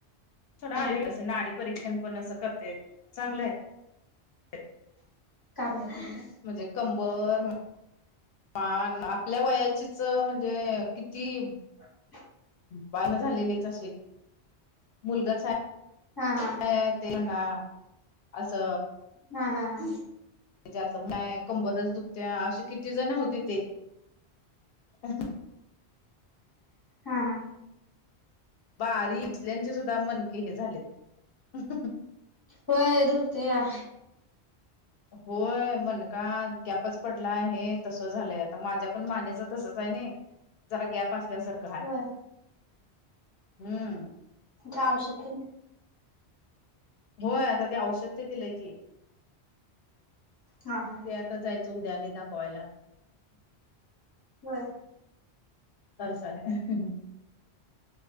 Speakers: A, on the left; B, on the left.
A: थोडा
B: हं
A: आयु नाडी परीक्षण पण असं करते चांगलं आहे
B: काम आहे त
A: म्हणजे कंबर मान आपल्या वयाचीच म्हणजे किती
B: ह
A: पाण झालेलेच असे मुलगा
B: हा हा
A: ते म्हणा असं
B: हा हा हा
A: त कंबरच दुखते अे किती जण होते ते अ
B: हा हा
A: बारी इचल्याचे सुद्धा मनके हे झालेत
B: होय दुखते या
A: होय मण का गॅपच पडला हे तसं झालंय आता माझ्या पण मानच तसच आहे ना जरा गॅप असल्यासारखं ह
B: होय
A: हम्म
B: त्या आवश्यक
A: होय आता ते औषध ते दिलंय की
B: ह हा
A: ते आता जायचं उद्याने दाखवायला
B: ब
A: अ स आणिन